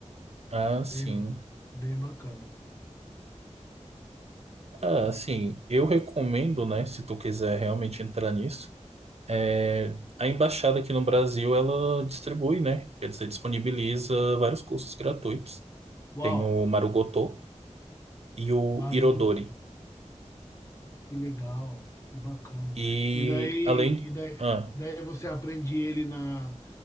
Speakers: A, on the right; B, on the left.
A: Ah, sim.
B: Bem, bem bacana.
A: Ah, assim, eu recomendo, né, se tu quiser realmente entrar nisso, é, a embaixada aqui no Brasil, ela distribui, né, quer dizer, disponibiliza vários cursos gratuitos.
B: Uau,
A: Tem o Marugoto e o
B: Marugoto,
A: Irodori.
B: que legal, que bacana.
A: E
B: E daí,
A: além,
B: e daí,
A: ah,
B: daí você aprende ele na,